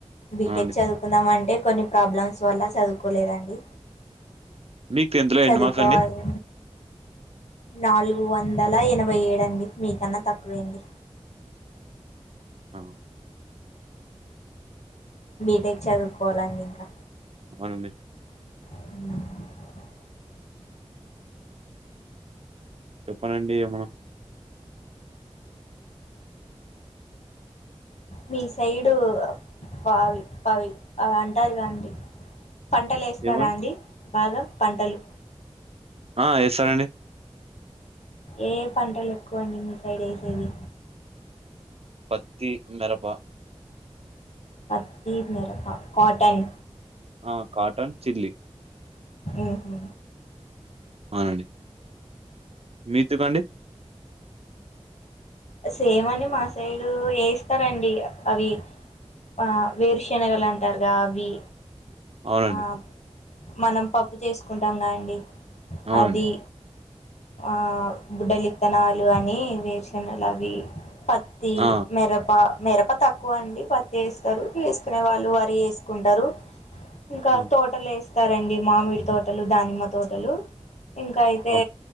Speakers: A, on the left; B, on the right.
A: బీటెక్
B: ఆ! అండి.
A: చదువుకుందాం అంటే కొన్ని ప్రాబ్లమ్స్ వల్ల చదువుకోలేదండి
B: మీకు
A: చదువుకోవాలి
B: ఎన్ని మార్క్స్ అండి?
A: నాలుగు వందల ఎనభై ఏడు అండి మీకన్నా తక్కువేండి
B: ఆ
A: బీటెక్ చదువుకోవాలండి ఇంకా
B: అవునండి
A: ఉ
B: చెప్పనండి ఏమన్నా
A: మీ సైడు ఫాల్ పావి అవంటారుగాదండి పంటలేస్తారా
B: ఏమండి?
A: అండి బాగా పంటలు
B: ఆ ఎస్తారండి
A: ఏ పంటలు ఎక్కువండి మీ సైడ్ వేసేది
B: పత్తి మిరప
A: పత్తి మేరప కాటన్
B: ఆ కాటన్ చిల్లి
A: ఉహు
B: అవునండి మీత్తిప్పండి
A: సేమ్ అండి మా సైడు ఎస్తారండి అవి ఆ వేరుశనగలు అంటారుగా అవి
B: అవునండి
A: ఆ మనం పప్పు చేసుకుంటాంగా అండి
B: అవునండి.
A: అది ఆ బుడ్డలిత్తనాలు అని వేరుశనలు అవి పత్తి
B: ఆ!
A: మిరప మిరప తక్కువ అండి పత్తి ఎస్తారు వేసుకునే వాళ్ళు వరి ఎసుకుంటారు ఇంకా
B: ఆ!
A: తోటలేస్తారండి మామిడి తోటలు దానిమ్మ తోటలు ఇంకా అయితే
B: ఆ!